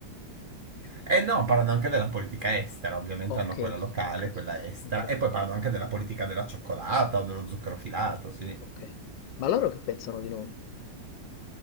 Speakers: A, on the right; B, on the left.
A: E no, parlano anche della politica estera, ovviamente
B: Ok,
A: hanno quella locale,
B: ok,
A: quella estera,
B: ok,
A: e poi parlano anche della politica della cioccolata o dello zucchero filato, sì.
B: ok. Ma loro che pensano di noi?